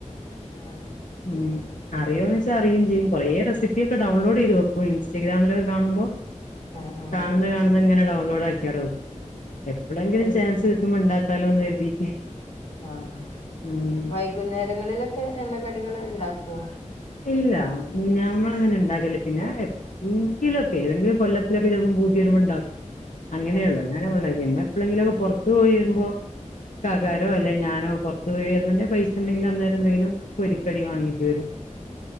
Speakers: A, on the left (about 55°); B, on the left (about 80°).
A: അതെ
B: ഉം, അറിയോന്ന് വെച്ചാ അറിയും ചെയ്യും. കുറെ റെസിപ്പിയൊക്കെ ഡൗൺലോഡ് ചെയ്ത് വെക്കും ഇൻസ്റ്റഗ്രാമിലൊക്കെ കാണുമ്പോ,
A: ആഹ് ആഹ്
B: കാണുന്ന കാണുന്ന ഇങ്ങനെ ഡൗൺലോഡ് ആക്കി അവിടെ വെക്കും. എപ്പോളെങ്കിലും
A: ഏയ്
B: ചാൻസ് കിട്ടുമ്പോ ഉണ്ടാക്കാലോ എന്ന് കരുതീട്ട്
A: ആ ആ
B: ഉം
A: വൈകുന്നേരങ്ങളിലൊക്കെ എണ്ണ കടികള് ഇണ്ടാക്കോ
B: ഇല്ല. ഞമ്മളങ്ങനണ്ടാക്കല്ല. പിന്നാ എ എങ്കിലും ഏതെങ്കിലും കൊല്ലത്തിലൊക്കെ ചിലപ്പോം ങ്കിലൊക്കേതെങ്കിൽ കൊല്ലത്തിലൊക്കെ ചെൽപം ഭൂതി വരുമ്പണ്ടാ അങ്ങനെള്ളു
A: ആഹ്
B: <unintelligible> പിന്നെ പ്പളെങ്കിലൊന് പൊറത്ത് പോയി വരുമ്പോ കാക്കാരോ
A: ആഹ്
B: അല്ലെ ഞാനോ പൊർ <unintelligible> പൈസണ്ടെങ്കിലന്നേരന്തെങ്കിലുംപൊരിക്കടി വാങ്ങിട്ട് വരും.